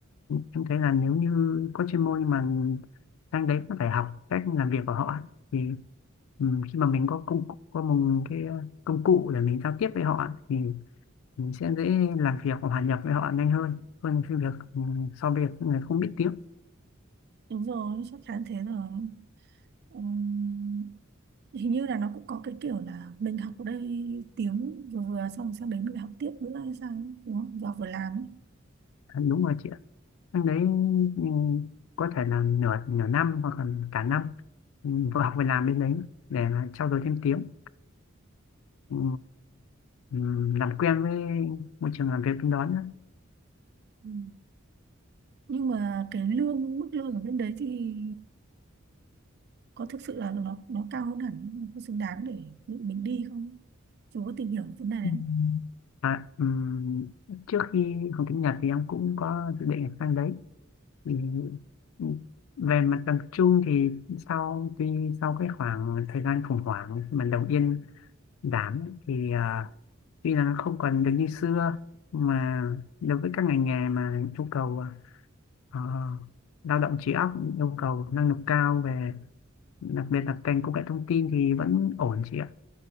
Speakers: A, on the left; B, on the right.
A: em thấy là nếu như có chuyên môn nhưng mà sang đấy cũng phải học cách làm việc của họ thì ừm, khi mà mình có công có một cái à, công cụ để mình giao tiếp với họ thì mình sẽ dễ làm việc và hòa nhập với họ nhanh hơn hơn cái việc ừm, so với việc người không biết tiếng
B: đúng rồi chắc chắn thế rồi Ừm, hình như là nó cũng có cái kiểu là mình học ở đây tiếng vừa vừa xong sang đấy mình học tiếp nữa hay sao ấy, đúng không và vừa làm ấy.
A: Ừ, đúng rồi chị ạ Năm đấy ừ, có thể là nửa nửa năm hoặc là cả năm ừ, vừa học vừa làm bên đấy để mà trau dồi thêm tiếng ừ, ừ, làm quen với môi trường làm việc bên đó nữa
B: Ừ. nhưng mà cái lương mức lương ở bên đấy thì có thực sự là nó nó cao hơn hẳn nó có xứng đáng để dự mình đi không chú có tìm hiểu vấn đề đấy
A: Ừ. à, ừ, trước khi học tiếng Nhật thì em cũng có dự định sang đấy thì ừ, về mặt bằng chung thì sau tuy sau cái khoảng thời gian khủng hoảng mà đầu tiên đảm ấy, thì à, tuy là nó không còn được như xưa mà đối với các ngành nghề mà yêu cầu à, ờ, lao động trí óc yêu cầu năng lực cao về đặc biệt là ngành công nghệ thông tin thì vẫn ổn chị ạ